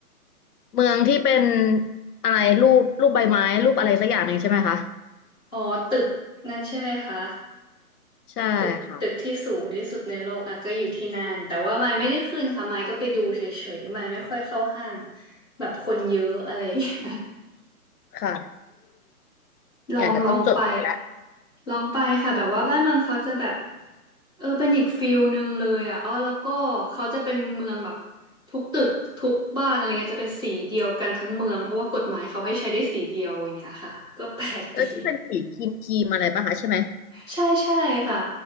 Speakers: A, on the left; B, on the left.
A: เมืองที่เป็นอะไรรูปรูปใบไม้รูปอะไรสักอย่างหนึ่งใช่ไหมคะ
B: อ๋อตึกนั่นใช่ไหมคะ
A: ใช่ค่ะ
B: ตึกตึกที่สูงที่สุดในโลกอ่ะก็อยู่ที่นั่นแต่ว่าไมค์ไม่ได้ขึ้นค่ะไมค์ก็ไปดูเฉยๆไมค์ไม่ค่อยเข้าห้างแบบคนเยอะอะไรอย่างเงี้ย
A: ค่ะ <laughs>
B: <laughs> ลองลองไป
A: อยากจะต้องจดไว้แล้ว
B: ลองไปค่ะแบบว่าบ้านเมืองเขาจะแบบ เออเป็นอีกฟิลหนึ่งเลยอ่ะอ๋อแล้วก็เขาจะเป็นเมืองแบบทุกตึกทุกบ้านอะไรเงี้ยจะเป็นสีเดียวกันทั้งเมืองเพราะว่ากฎหมายเขาให้ใช้ได้สีเดียวอย่างเงี้ยค่ะก็แปลกดี
A: เออที่เป็นสีครีมครีมอะไรป่ะคะใช่ไหม
B: ใช่ใช่ค่ะ